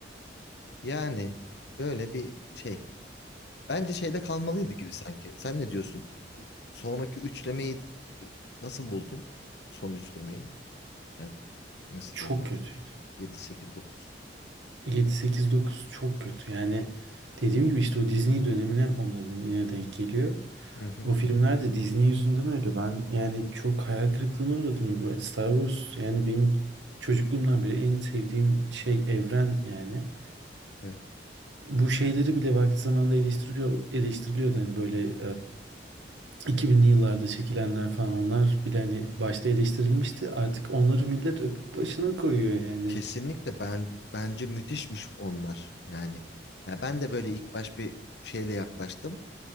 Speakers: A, on the left (about 70°); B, on the right (about 85°).
A: Yani böyle bir şey. Bence şeyde kalmalıydı gibi sanki. Sen ne diyorsun? Sonraki üçlemeyi nasıl buldun? Son üçlemeyi. Yani nasıl
B: Çok
A: diyeyim artık?
B: kötüydü.
A: 7, 8, 9.
B: 7 8 9 çok kötü. Yani dediğim gibi işte o Disney dönemine onların yine denk geliyor.
A: Hı hı.
B: O filmler de Disney yüzünden öyle. Ben yani çok hayal kırıklığına uğradım. Star Wars yani benim çocukluğumdan beri en sevdiğim şey evren yani.
A: Evet.
B: Bu şeyleri bile vakti zamanında eleştiriliyor, eleştiriliyordu. Hani böyle e, 2000'li yıllarda çekilenler falan onlar bile hani başta eleştirilmişti. Artık onları millet öpüp başına koyuyor yani.
A: Kesinlikle ben bence müthişmiş onlar. Yani ya ben de böyle ilk baş bir şeyle yaklaştım.